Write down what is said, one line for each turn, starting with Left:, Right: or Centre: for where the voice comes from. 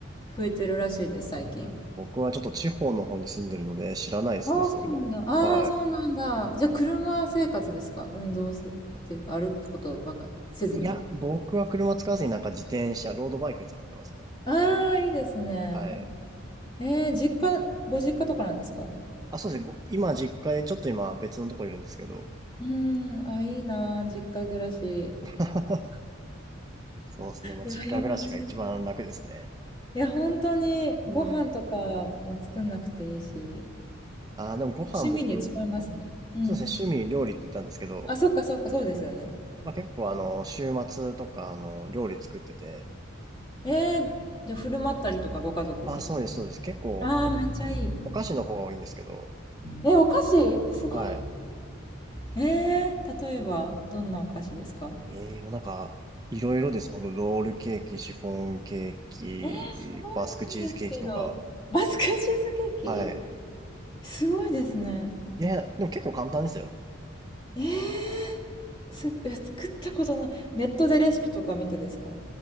Left: 増えてるらしいです、最近。
Right: 僕はちょっと地方の方に住んでるので知らないですね、
Left: ああ、
Right: そういうの。
Left: そうなんだ。ああ、
Right: は
Left: そうなんだ。じゃあ、車生活ですか運動せ、っていうか、歩くことばかせずに。
Right: い。いや、僕は車使わずになんか自転車、ロードバイク使ってますね。
Left: ああ、いいですね。
Right: はい。
Left: えー、実家、ご実家とかなんですかう
Right: あ、そうですね。ご今、実家に、ちょっと今別のとこいるんですけど。
Left: ーん、あ、いいなー、実家暮らし。
Right: <laughs> そうですね。まあ、
Left: 羨ましい。
Right: 実家暮らしが一番楽ですね。
Left: いや、本当にご飯とかも作んなくていいし、
Right: うん。ああ、でもご飯僕、
Left: 趣味に使いますね。うん。
Right: そうですね、趣味料理って言ったんですけど、
Left: あ、そっかそっか、そうですよね。
Right: まあ、結構あの、週末とかあの、料理作ってて、
Left: えー、じゃあ振る舞ったりとかご家族に。
Right: ああ、そうです、そうです。結構お、
Left: ああ、めっちゃいい。
Right: お菓子の方が多いんですけど、
Left: え、お菓子すごい。
Right: は
Left: えー、例えば、どんなお菓子ですか
Right: い。ええもうなんか、いろいろです。このロールケーキ、シフォンケーキ、
Left: えー、す
Right: バスクチーズケーキとか。
Left: ごいんですけど。バスクチーズケーキ
Right: はい。
Left: すごいですね。
Right: いやいや、でも結構簡単ですよ。
Left: えー、す、いや、作ったことない。ネットでレシピとか見てですか